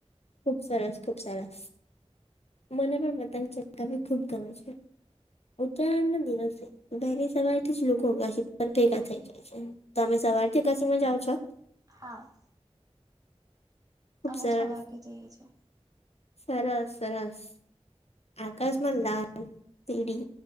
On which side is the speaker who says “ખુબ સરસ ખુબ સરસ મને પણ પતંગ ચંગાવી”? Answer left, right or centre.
Left